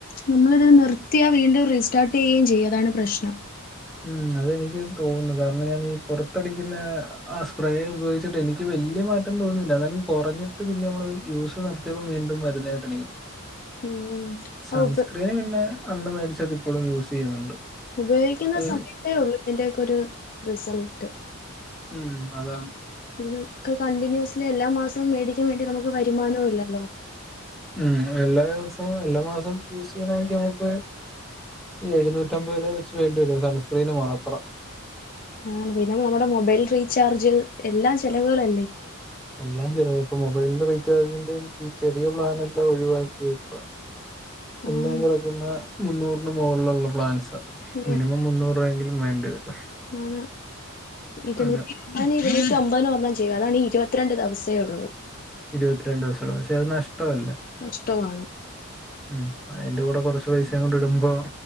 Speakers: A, on the left; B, in the centre.
A: നമ്മളിത് നിർത്തിയാ വീണ്ടും റീസ്റ്റാർട്ട് ചെയ്യേം ചെയ്യും അതാണ് പ്രശ്നം.
B: ഉം അതെനിക്ക് തോന്നുന്നു കാരണം ഞാൻ ഈ പുറത്തടിക്കുന്ന ആഹ് സ്പ്രേ ഉപയോഗിച്ചിട്ട് എനിക്ക് വലിയ മാറ്റ ട്ടൊന്നും തോന്നിയില്ല എന്നാലും കൊറഞ്ഞിട്ട് പിന്നെ നമ്മള് യൂസ് നിർത്തിയപ്പോ വീണ്ടും വരുന്നായിട്ട് എനിക്ക്
A: ഉം ഉം
B: സണ്സ്ക്രീന്
A: ആ ഉപ
B: പിന്നെ അന്ന് മേടിച്ചത് ഇപ്പഴും യൂസ് ചെയ്യുന്നുണ്ട്.
A: ഉപയോഗിക്കുന്ന
B: അത്
A: സമയത്തേ ഉള്ളൂ ഇതിന്റെയൊക്കെയൊരു റിസൾട്ട്.
B: ഉം അതാണ്.
A: ഇതൊക്കെ കണ്ടിന്യൂസ്ലി എല്ലാ മാസവും മേടിക്കാൻ വേണ്ടി നമുക്ക് വരുമാനവും ഇല്ലല്ലോ.
B: ഉം എല്ലാ ദിവസവും എല്ലാ മാസവും യൂസ് ചെയ്യണമെങ്കി നമുക്ക് എഴുന്നൂറ്റമ്പത് രൂപ വെച്ച് വേണ്ടി വരും സൺസ്ക്രീന് മാത്രം.
A: ആണ് പിന്നെ നമ്മുടെ മൊബൈൽ റീചാർജ് എല്ലാ ചെലവുകളല്ലേ.
B: എല്ലാം ചിലവാ ഇപ്പ മൊബൈലിന്റെ റീചാർജിന്റെ ഈ ചെറിയ പ്ലാൻ എല്ലാം ഒഴിവാക്കിയേക്കുവാ.
A: ആണ്
B: എല്ലാം കിടക്കുന്ന മുന്നൂറിന് മോളിലുള്ള പ്ലാൻസാ
A: ഉം
B: മിനിമം മുന്നൂ റെങ്കിലും വേണ്ടി വരും.
A: ആണ് ഇരുന്നൂറ്റി
B: അതെ
A: അതിന് ഇരുന്നൂറ്റി അമ്പതിന് ഒരെണ്ണം ചെയ്തു അതാണേ ഇരുപത്തിരണ്ട് ദിവസേ ഉള്ളൂ.
B: ഇരുപത്തിരണ്ട് ദിവസേ ഉള്ള പക്ഷെ അത് നഷ്ട അല്ല.
A: നഷ്ടമാണ്.
B: ഉം അതിന്റെ കൂടെ കുറച്ച് പൈസയും കൂടെ ഇടുമ്പോ